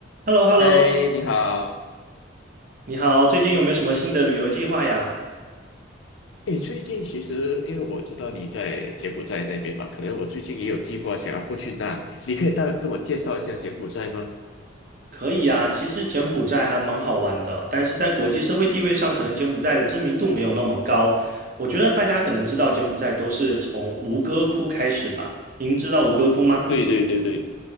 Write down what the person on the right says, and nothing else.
h e l l o h e
l l o
你好，最近有没有什么新的旅游计划呀？
可以呀，其实柬埔寨还蛮好玩的，但是在国际社会地位上，可能柬埔寨的知名度没有那么高。我觉得大家可能知道柬埔寨都是从吴哥窟开始吧？您知道吴哥窟吗？